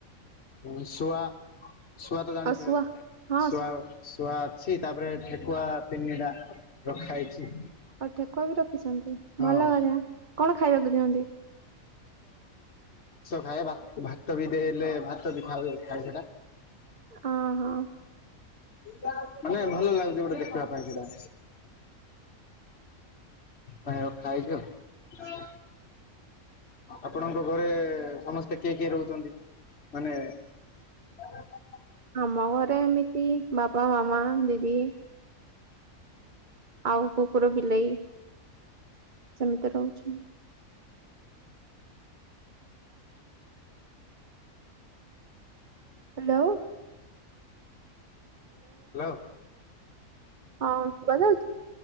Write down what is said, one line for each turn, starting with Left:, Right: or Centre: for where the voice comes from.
Left: ଉଁ ଶୁଆ ଶୁଆ ତ ଜାଣିଥିବେ
Right: ଆଉ ଶୁଆ ହଁ
Left: ଶୁଆ ଶୁଆ ଅଛି ତାପରେ ଠେକୁଆ ତିନି ଟା ରଖା ହେଇଛି।
Right: ଆଉ ଠେକୁୁଆ ବି ରଖ ରଖିଛନ୍ତି
Left: ହଁ
Right: ଭଲ କଥା କଣ ଖାଇବାକୁ ଦିଅନ୍ତି।
Left: ଖାଇବା ଭା ଭାତ ବି ଦେଲେ ଭାତ ବି ଖାଉ ଖାଏ ସେଟା।
Right: ଅହଁ।
Left: ମାନେ ଭଲ ଲାଗୁଚି ଗୋଟେ ଦେଖିବା ପାଇଁ ସେଇଟା। ପାଇଁ ରଖା ହେଇଚି ଆଉ। ଆପଣଙ୍କ ଘରେ ସମସ୍ତେ କିଏ କିଏ ରୋହୁଛନ୍ତି ମାନେ <inaudible>
Right: ଆମ ଘରେ ଏମିତି ବାପା ମାମା ଦିଦି ଆଉ କୁକୁର ବିଲେଇ ସେମିତି ରୋହୁଛୁ। ହାଲୋ।
Left: ହାଲୋ।
Right: ହଁ ଶୁବାଯାଉଚି।